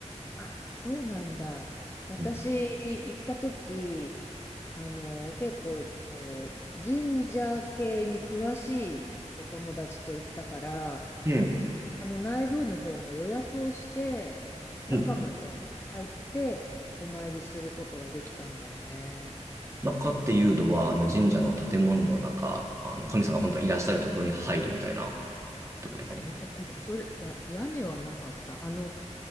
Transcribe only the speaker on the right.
うん
うん。
うん
中っていうのは、あの神社の建物の中、あの神様が本当にいらっしゃるところに入るみたいなってことかな。